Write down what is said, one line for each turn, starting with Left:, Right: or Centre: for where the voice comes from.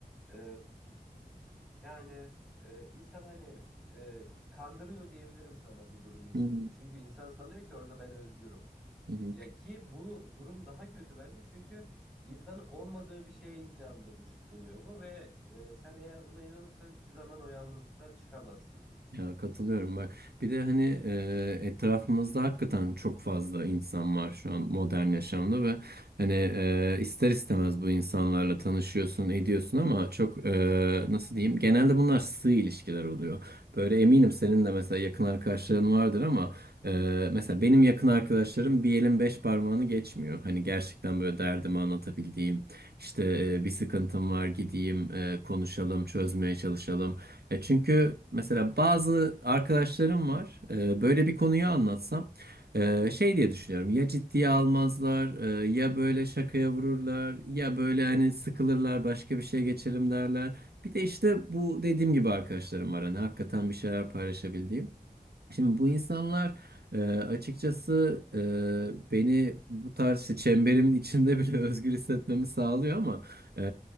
Centre: E, yani e, insan hani e, kandırıyor diyebilirim sana bu durum insanın
Right: hı
Centre: çünkü insan sanıyor ki orada ben özgürüm
Right: hı. hı.
Centre: ya ki bu durum daha kötü bence çünkü insanı olmadığı bir şeye inandırmış oluyor bu ve e, sen eğer buna inanırsan hiçbir zaman o yalnızlıktan çıkamazsın.
Right: Ya katılıyorum bak. Bir de hani e, etrafımızda hakikaten çok fazla insan var şu an modern yaşamda ve hani e, ister istemez bu insanlarla tanışıyorsun, ediyorsun ama çok e, nasıl diyeyim? Genelde bunlar sığ ilişkiler oluyor. Böyle eminim senin de mesela yakın arkadaşların vardır ama e, mesela benim yakın arkadaşlarım bir elin beş parmağını geçmiyor. Hani gerçekten böyle derdimi anlatabildiğim, işte e, bir sıkıntım var gideyim, e, konuşalım, çözmeye çalışalım. Ya çünkü mesela bazı arkadaşlarım var. e, böyle bir konuyu anlatsam e, şey diye düşünüyorum. Ya ciddiye almazlar, e, ya böyle şakaya vururlar, ya böyle hani sıkılırlar, başka bir şeye geçelim derler. Bir de işte bu dediğim gibi arkadaşlarım var hani hakikaten bir şeyler paylaşabildiğim. Şimdi bu insanlar e, açıkçası e, beni bu tarz işte çemberimin içinde bile <laughs> özgür hissetmemi sağlıyor ama e,